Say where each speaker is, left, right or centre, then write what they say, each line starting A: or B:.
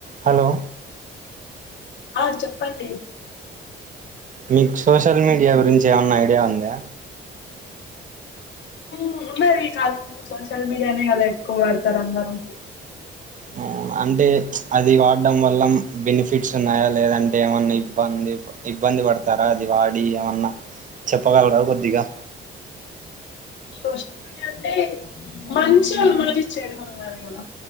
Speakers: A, on the right; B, on the left.
A: Hello
B: ఆ చెప్పండి
A: మీకు సోషల్ మీడియా గురించి ఏమన్నా ఐడియా ఉందా
B: ఉందండి మరి ఈ కాలంలో సోషల్ మీడియానే కదా ఎక్కువ వాడతారు అందరూ
A: ఆ, అంటే అది వాడడం వల్ల బెనిఫిట్ బెనిఫిట్స్ ఉన్నాయా లేదంటే ఏమన్నా ఇబ్బంది ఇబ్బంది పడతారా అది వాడి ఏమన్నా చెప్పగలరా కొద్దిగా
B: సోషల్ మీడియా అంటే మంచిగా ఆ మిమ్మల్ని కదా